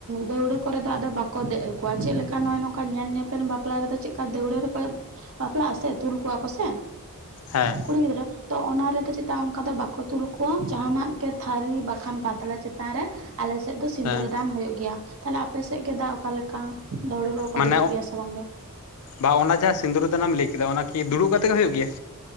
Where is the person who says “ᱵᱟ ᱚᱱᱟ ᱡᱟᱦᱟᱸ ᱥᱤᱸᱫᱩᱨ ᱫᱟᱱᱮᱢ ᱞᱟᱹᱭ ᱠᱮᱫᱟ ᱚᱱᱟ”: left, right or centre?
Left